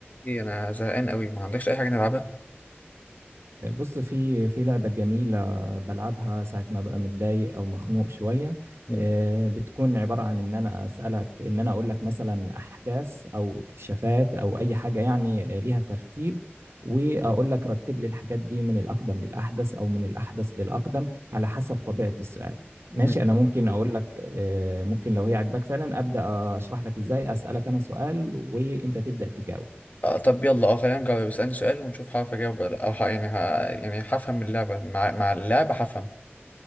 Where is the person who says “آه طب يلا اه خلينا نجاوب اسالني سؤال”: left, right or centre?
Left